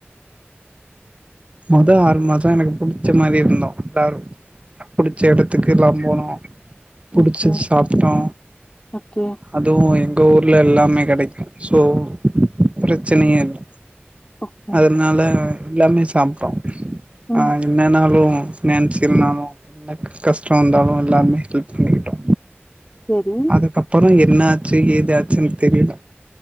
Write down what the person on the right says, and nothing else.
மொத ஆறு மாசோ எனக்கு புடிச்ச மாரி இருந்தோ பர் புடிச்ச எடத்துக்குல்லா போனோ புடிச்சு
சாப்ட்டோ
அதுவு எங்க ஊர்ல எல்லாமே கடைக்கு சோ பிரச்சனையே இல்ல
அதுனால எல்லாமே சாப்ட்டோ
ஆ என்னனாலு நெனச்சுருந்தாலு என்ன கஷ்டோ வந்தாலு எல்லாமே ஹெல்ப் பண்ணிக்கிட்டோ
அதுக்கப்றோ என்ன ஆச்சு ஏதாச்சுன்னு தெரியல